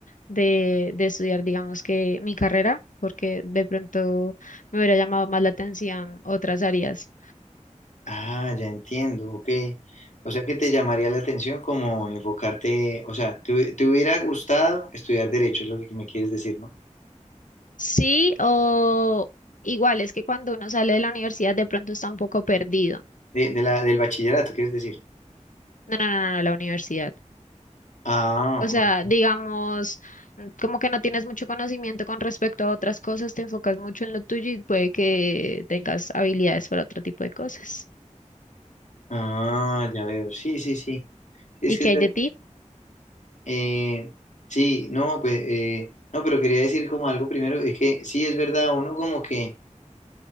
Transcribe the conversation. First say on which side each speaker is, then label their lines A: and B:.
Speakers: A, on the left; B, on the left.
A: de, de estudiar, digamos que mi carrera, porque de pronto me hubiera llamado más la atención otras áreas.
B: Ah, ya entiendo, ok. O sea que te llamaría la atención como enfocarte, o sea, te, hu- te hubiera gustado estudiar derecho, es lo que me quieres decir, ¿no?
A: Sí, o igual es que cuando uno sale de la universidad de pronto está un poco perdido.
B: De, de la, del bachillerato, quieres decir.
A: No, no, no, no, la universidad.
B: Ah,
A: O sea,
B: o-
A: digamos, mm, como que no tienes mucho conocimiento con respecto a otras cosas, te enfocas mucho en lo tuyo y puede que tengas habilidades para otro tipo de cosas.
B: ah, ya veo, sí, sí, sí. Es
A: ¿Y
B: que,
A: qué
B: es
A: hay
B: ver-
A: de ti?
B: eh, sí, no, pues, eh, no, pero quería decir como algo primero, es que sí, es verdad, uno como que,